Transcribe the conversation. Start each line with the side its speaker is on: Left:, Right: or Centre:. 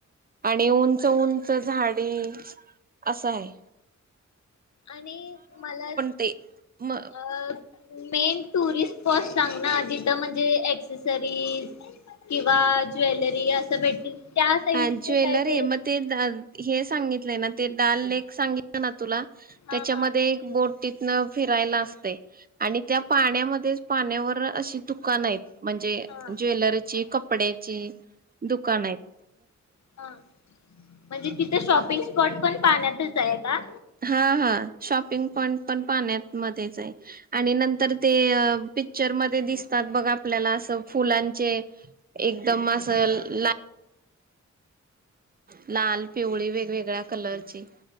Right: आणि
Left: हो
Right: उंच
Left: का
Right: उंच झाड ते असं हाय.
Left: आणि मला
Right: ते म
Left: अ मेन टुरिस्ट स्पॉट चांगला जिथं म्हणजे एक्सेसरीज किंवा ज्वेलरी असं भेटतील. त्या साईडच
Right: अ ज्वेलरी
Left: काय तर
Right: मग ते धा हे सांगित नाही ना ते डाल नेक सांगितल ना तुला
Left: हा
Right: त्याच्यामध्ये
Left: हा
Right: एक बोट तिथनं फिरायला असतंय आणि त्या पाण्यामध्येच पाण्यावर अशी दुकानं हाईत. म्हणजे
Left: हा
Right: ज्वेलरीची, कपड्याची दुकानं हाईत.
Left: ह म्हणजे तिथं शॉपिंग स्पॉट पण पाण्यातच आहे का?
Right: हा हा. शॉपिंग पॉइंट पण पाण्यात मध्येच आहे आणि नंतर ते पिक्चर मध्ये दिसतात बघ आपल्याला असं फुलांचे एकदम असं ला लाल, पिवळी वेगवेगळ्या कलरची